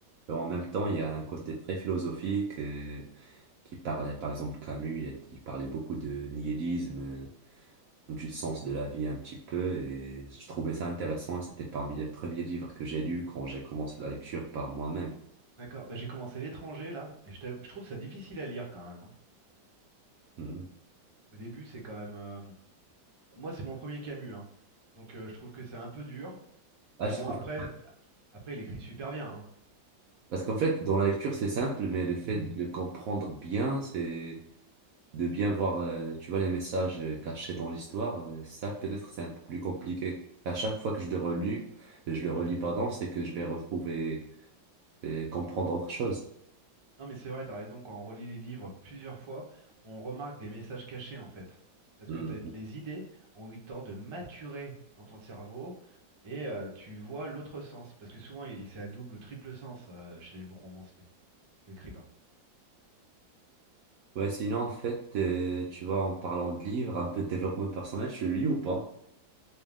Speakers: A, on the right; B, on the right.
A: et en même temps, il y a un côté très philosophique euh, qui parlait, par exemple, Camus, il, est- il parlait beaucoup de nihilisme, euh, du sens de la vie un petit peu. Et je trouvais ça intéressant. et C'était parmi les premiers livres que j'ai lus quand j'ai commencé la lecture par moi-même.
B: D'accord. Bah, j'ai commencé l'étranger là, et je, t'avoue- je trouve ça difficile à lire quand même. hein.
A: Mhm.
B: Au début, c'est quand même. euh, Moi, c'est mon premier Camus, hein. Donc, euh, je trouve que c'est un peu dur.
A: Ah,
B: Mais
A: je
B: bon,
A: trouve
B: après,
A: que...
B: après, il écrit super bien. hein.
A: Parce qu'en fait, dans la lecture, c'est simple, mais le fait de le comprendre bien, c'est de bien voir, euh, tu vois, les messages euh, cachés dans l'histoire, euh, ça peut-être c'est un peu plus compliqué. À chaque fois que je le relis, euh, je le relis, pardon, c'est que je vais retrouver et comprendre autre chose.
B: Non, mais c'est vrai, t'as raison, quand on relit les livres plusieurs fois, on remarque des messages cachés en fait. Parce
A: Hmm.
B: que t'as- les idées ont eu le temps de maturer dans ton cerveau et euh, tu vois l'autre sens. Parce que souvent, il- c'est à double ou triple sens euh, chez les bons romanciers, ou écrivains.
A: Ouais, sinon, en fait, euh, tu vois, en parlant de livres, un peu de développement personnel, tu le lis ou pas?